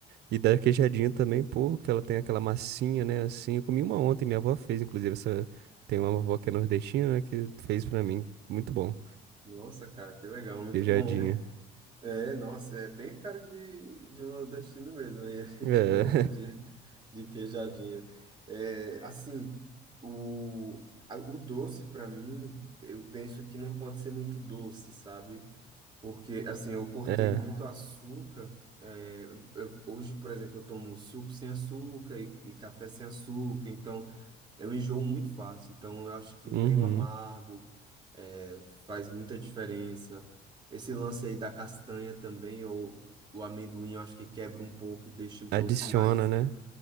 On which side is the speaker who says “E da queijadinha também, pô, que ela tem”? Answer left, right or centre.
Right